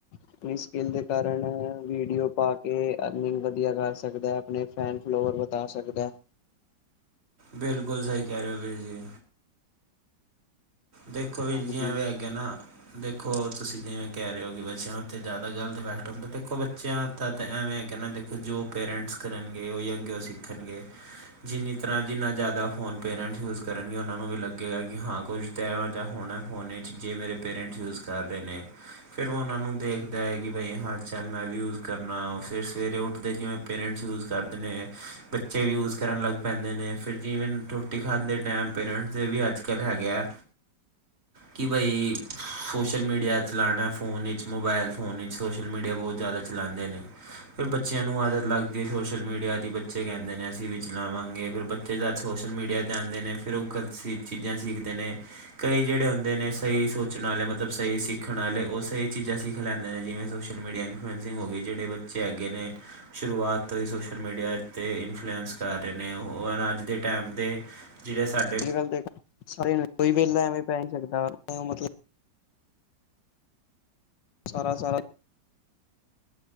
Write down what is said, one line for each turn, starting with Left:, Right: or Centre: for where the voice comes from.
Left: ਅਪਣੀ ਸਕਿਲ ਦੇ ਕਾਰਣ ਵੀਡੀਓ ਪਾ ਕੇ ਅਰਨਿੰਗ ਵਧੀਆ ਕਰ ਸਕਦੈ। ਅਪਨੇ ਫੈਨ ਫਲੋਵਰ ਵਧਾ ਸਕਦੈ।
Right: ਬਿਲਕੁਲ ਸਹੀ ਕਹਿ ਰਹੇ ਹੋ ਵੀਰ ਜੀ। ਦੇਖੋ ਵੀਰ
Left: ਹਾਂਜੀ
Right: ਜੀ ਐਂਵੇ
Left: ਅੱਜ
Right: ਹੈਗੇ ਨਾ ਦੇਖੋ ਤੁਸੀ ਜਿਵੇਂ ਕਹਿ ਰਹੇ ਹੋ ਕਿ ਬੱਚਿਆਂ ਉਤੇ ਜਿਆਦਾ ਗਲਤ ਇਫੈਕਟ ਹੁੰਦੈ, ਦੇਖੋ ਬੱਚਿਆਂ ਦਾ ਤਾਂ ਐਵੇਂ ਹੇਗਾ ਨਾ ਦੇਖੋ ਜੋ ਪੇਰੈਂਟਸ ਕਰਨਗੇ, ਓਈ ਅੱਗੇ ਉਹ ਸਿੱਖਨਗੇ। ਜਿੰਨੀ ਤਰਾਂ, ਜਿੰਨਾ ਜਾਦਾ ਫੋਨ ਪੇਅਰੈਂਟ ਯੂਜ਼ ਕਰਨਗੇ, ਓਨਾਂ ਨੂੰ ਵੀ ਲਗੇਗਾ ਕਿ ਹਾਂ ਕੁਝ ਤੇ ਐਂਵੇ ਜਾ ਹੋਣਾ ਫੋਨ ਇਚ ਜੇ ਮੇਰੇ ਪੇਰੈਂਟਸ ਯੂਜ਼ ਕਰ ਰਹੇ ਨੇ ਫੇਰ ਓਨਾਂ ਨੂੰ ਦੇਖਦੈ ਕਿ ਬਈ ਹਾਂ ਚੱਲ ਮੈਂ ਵੀ ਯੂਜ਼ ਕਰਨਾ, ਫੇਰ ਸਵੇਰੇ ਉਠਦੇ ਜਿਵੇਂ ਪੇਰੈਂਟਸ ਯੂਜ਼ ਕਰਦੇ ਨੇ, ਬੱਚੇ ਵੀ ਯੂਜ਼ ਕਰਨ ਲੱਗ ਪੈਂਦੇ ਨੇ, ਫੇਰ ਜੀਵੇਂ ਟੁ ਰੋਟੀ ਖਾਂਦੇ ਟੈਮ ਪੇਰੈਂਟਸ ਦੇ ਵੀ ਅੱਜ ਕੱਲ ਹੈਗੇ ਐ ਕਿ ਬਈ ਸੋਸ਼ਲ ਮੀਡੀਆ ਚਲਾਣੈ ਫੋ਼ਨ ਇਚ, ਮੋਬਾਇਲ ਫੋ਼ਨ ਇਚ, ਸੋਸ਼ਲ ਮੀਡੀਆ ਬਹੁਤ ਜਿਆਦਾ ਚਲਾਂਦੇ ਨੇ ਫੇਰ ਬੱਚਿਆਂ ਨੂੰ ਆਦਤ ਲੱਗ ਗਈ ਸੋਸ਼ਲ ਮੀਡੀਆ ਦੀ, ਬੱਚੇ ਕਹਿੰਦੇ ਨੇ ਅਸੀ ਵੀ ਚਲਾਵਾਂਗੇ, ਫੇਰ ਬਚ ਫਿਰ ਜਦ ਸੋਸ਼ਲ ਮੀਡੀਆ 'ਤੇ ਆਂਦੇ ਨੇ ਫੇਰ ਉਹ ਗਲਤ ਸੀ ਚੀਜਾਂ ਸਿੱਖਦੇ ਨੇ ਕਈ ਜਿਹੜੇ ਹੁੰਦੇ ਨੇ ਸਈ ਸੋਚਣ ਆਲੇ ਮਤਲਬ ਸਈ ਸਿੱਖਣ ਆਲੇ, ਉਹ ਸਈ ਚੀਜ਼ਾਂ ਸਿੱਖ ਲੈਂਦੇ ਨੇ ਜਿਵੇਂ ਸੋਸ਼ਲ ਮੀਡੀਆ ਨੂੰ ਹਾਂਜੀ ਹੋਗੇ ਜੇੜੇ ਬੱਚੇ ਹੈਗੇ ਨੇ ਸ਼ੁਰੂਆਤ ਤੋਂ ਈ ਸੋਸ਼ਲ ਮੀਡੀਆ ਤੇ ਇਨਫਲੂਐਂਸ ਕਾਰ ਰਹੇ ਨੇ, ਓ ਹੁਣ ਅੱਜ ਦੇ ਟੈਮ ਤੇ ਜੇੜੇ ਸਾਡੇ
Left: ਆਜ ਕਾਲ ਦੇਖੋ ਸਾਰੇਆਂ ਨੂੰ, ਕੋਈ ਵੈਲਾ ਐਵੇਂ ਬੈ ਨੀ ਸਕਦਾ ਮਤਲਬ ਸਾਰਾ-ਸਾਰਾ